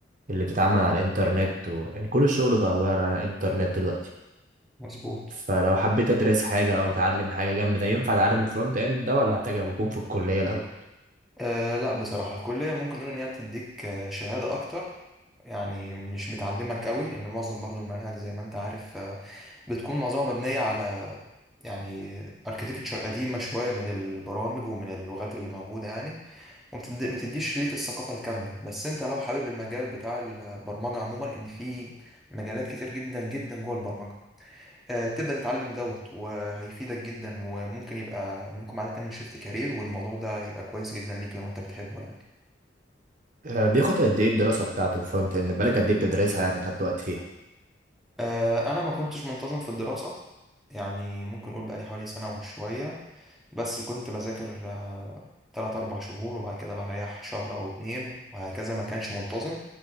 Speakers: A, on the right; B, in the centre.
A: اللي بتتعمل على الانترنت و... يعني كل الشغل بقى عباره عن الانترنت دلوقتي
B: مظبوط
A: فلو حبيت ادرس حاجه او اتعلم حاجه جنب ده ينفع اتعلم الفرونت اند ده ولا هحتاج اكون في الكليه الاول
B: أه لا بصراحة الكلية ممكن نقول إن هي بتديك آه، شهادة أكتر يعني مش بتعلمك قوي لان معظم برضو المناهج زي ما انت عارف آه، بتكون معظمها مبنيه على يعني اركيتكتشر قديمه شويه من البرامج ومن اللغات اللي موجوده يعني وما بتد- ما تديش ليك الثقافه الكامله بس انت لو حابب المجال بتاع البرمجه عموما ان في مجالات كتير جدا جدا جوه البرمجه آه، تبدا تتعلم دوت وهيفيدك جدا وممكن يبقى منكم بعد تعمل شيفت كارير والموضوع ده يبقى كويس جدا ليك لو انت بتحبه يعني
A: آه، بياخد قد ايه الدراسة بتاعته الفرونت اند بالك قد ايه بتدرسها يعني خدت وقت فيها
B: آه، انا ما كنتش منتظم في الدراسه يعني ممكن اقول بقالي حوالي سنه وشويه بس كنت بذاكر آه، تلات أربع شهور وبعد كده بريح شهر أو اتنين وهكذا ما كانش منتظم